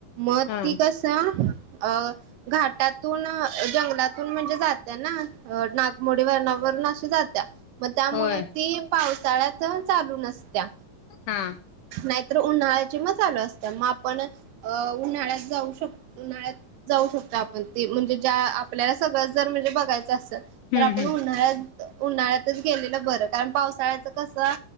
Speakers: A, on the right; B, on the left.
A: म
B: हां.
A: ती कस ती कसं अ घाटातून जंगलातून म्हणजे जात ना अ नाग मोढ वर्णावरून अशी जात्या मग त्यामुळ
B: होय.
A: ती पावसाळ्यातच चालू नसत्या.
B: हा.
A: नाहीतर उन्हाळ्याची मग चालू असतीया मग आपण. अ उन्हाळ्यात जाऊ शक उन्हाळ्यात जाऊ शकतो आपण. ते म्हणजे ज्या आपल्याला सगळं जर म्हणजे बघायचं असेल
B: हं,
A: तर आपण
B: हं.
A: उन्हाळ्यात. उन्हाळ्यातच गेलेलं बरं कारण पावसाळ्याच कस